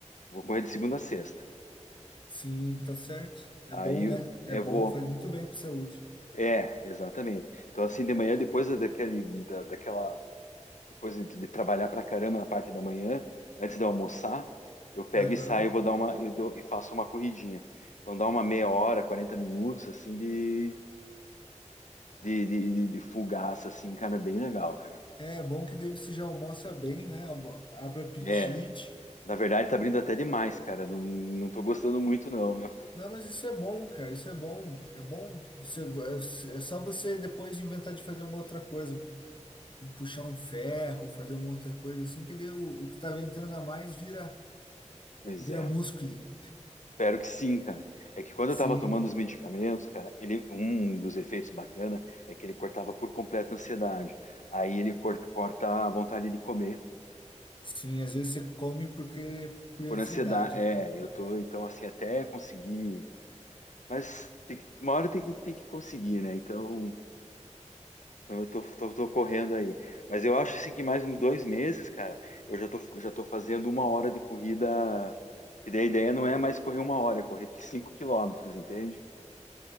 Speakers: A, on the left; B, on the left.
A: Vou correr de segunda a sexta.
B: Sim, tá certo. É
A: Aí
B: bom, né? É
A: eu
B: bom,
A: vou.
B: faz muito bem pra saúde.
A: É, exatamente. Então, assim, de manhã, depois daquele, da- daquela. Depois de, de trabalhar pra caramba na parte da manhã, antes de eu almoçar, eu pego
B: Aham.
A: e saio, vou dar uma. Eu dou- e faço uma corridinha. Então, dá uma meia hora, 40 minutos, assim, de, de, de, de, de fugaça, assim, cara, bem legal, cara.
B: É bom que daí você já almoça bem, né? Almo- Abre o apetite.
A: É, na verdade, tá abrindo até demais, cara. Não, não tô gostando muito, não, meu.
B: Não, mas isso é bom, cara. Isso é bom. É bom. Você- é é só você depois inventar de fazer uma outra coisa, puxar um ferro, fazer uma outra coisa assim, que daí o, o que tava entrando a mais vira,
A: Pois
B: vira
A: é.
B: músculo. <laughs>
A: Espero que sim, cara. É que quando
B: Sim,
A: eu tava tomando os medicamentos, cara, ele, um dos efeitos bacana é que ele cortava por completo a ansiedade. Aí ele cor- corta a vontade de comer
B: sim. Às vezes você come porque por
A: por
B: ansiedade,
A: ansiedade. É,
B: né?
A: eu tô, então, assim, até conseguir. Mas tem que, uma hora tem que, tem que conseguir, né? Então, então eu tô, tô, tô correndo aí. Mas eu acho, assim, que mais uns dois meses, cara, eu já tô, já tô fazendo uma hora de corrida. E daí a ideia não é mais correr uma hora, é correr cinco quilômetros, entende?